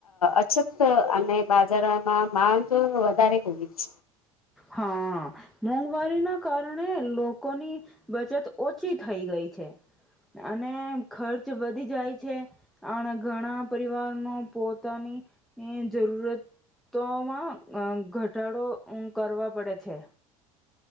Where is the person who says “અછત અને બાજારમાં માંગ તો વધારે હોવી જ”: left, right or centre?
Left